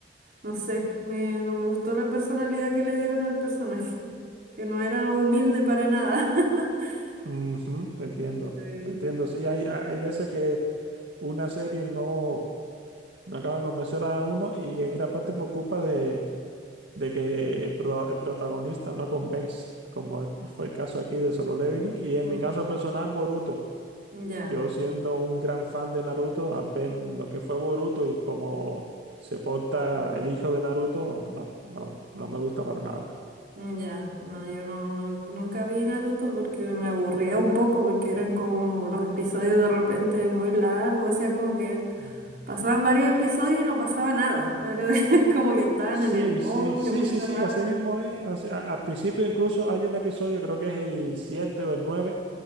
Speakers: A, on the right (about 55°); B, on the right (about 70°).
A: No sé, me, no me gustó la personalidad que le dieron al personaje, que no era humilde para nada. <laughs>
B: ujú, te entiendo,
A: Sí.
B: te entiendo, sí, hay, hay hay veces que una serie no, no acaba de convencer a uno y en gran parte por culpa de de que el, pro- el protagonista no convence, como fue el caso aquí de Solo Leveling. Y
A: Mm.
B: en mi caso personal, Boruto.
A: Ya,
B: Yo siendo un gran fan de Naruto, al ver lo que fue Boruto y cómo se porta el hijo de Naruto, no, no, no me gusta para nada.
A: mm, ya, no, yo no, no, nunca vi Naruto porque me aburría un poco, porque eran como los episodios de repente muy largos, o sea, como que
B: Mm.
A: pasaban varios episodios y no pasaba nada, era <laughs> como que estaban
B: Sí,
A: en el bosque
B: sí, sí,
A: mucho
B: sí, sí,
A: rato.
B: así mismo es. O sea, al principio incluso hay un episodio, creo que es el 7 o el 9